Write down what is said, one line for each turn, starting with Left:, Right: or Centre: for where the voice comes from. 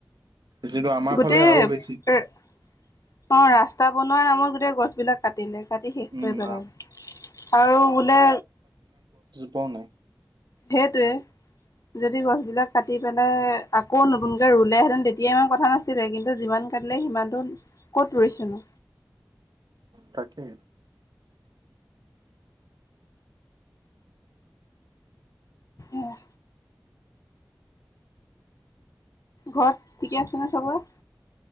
Right: যিটো আমাৰ
Left: গোটেই
Right: ফালে
Left: এ
Right: আৰু বেছি
Left: অহ ৰাস্তা বনোৱা নামত গোটেই গছ বিলাক কাটিলে। কাটি শেষ
Right: উম
Left: কৰি পেলালে
Right: আ
Left: আৰু বোলে
Right: পোৱা ও নাই
Left: সেইটো এ যদি গছবিলাক কাটি পেলাই আকৌ নতুনকে ৰুলে-হেতেন তেতিয়া ইমান কথা নাছিলে, কিন্তু যিমান কাটিলে সিমানটো ক'ত ৰুইছেনো?
Right: তাকে
Left: অহ ঘৰত ঠিকে আছে ন' চবৰে?